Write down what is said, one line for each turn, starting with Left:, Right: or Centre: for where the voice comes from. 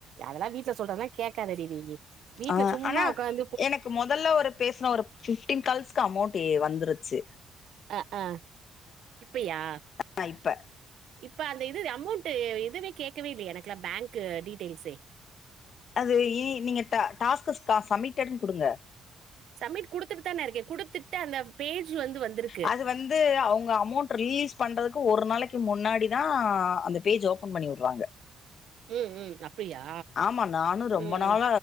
Right: அதெல்லா வீட்ல சொல்றதெல்லா கேக்காதடி நீயி வீட்ல
Left: ஆ
Right: சும்மா
Left: ஆனா
Right: ஒக்காந்
Left: எனக்கு மொதல்ல ஒரு பேசுன ஒரு பிஃப்டீன் கால்ஸ்க்கு அமௌண்ட் எ வந்துருச்சு
Right: அ ஆ இப்பய்யா
Left: ஆ இப்ப
Right: இப்ப அந்த இது அமௌண்ட்டு எதுமே கேக்கவே இல்லயே எனக்கல்லா பேங்க்கு டீட்டெயில்ஸே
Left: அது இ நீங்க டா டாஸ்க்கஸ்கா சம்மிட்டட்னு குடுங்க
Right: சம்மிட் குடுத்துட்டு தான இருக்கே குடுத்துட்டு அந்த பேஜ் வந்து வந்துருக்கு
Left: அது வந்து அவுங்க அமௌண்ட் ரிலீஸ் பண்றதுக்கு ஒரு நாளைக்கு முன்னாடி தா அந்த பேஜ் ஓப்பன் பண்ணிவுட்றாங்க
Right: ம் ம் அப்டியா
Left: ஆமா நானு ரொம்ப
Right: ம்
Left: நாள
Right: ம்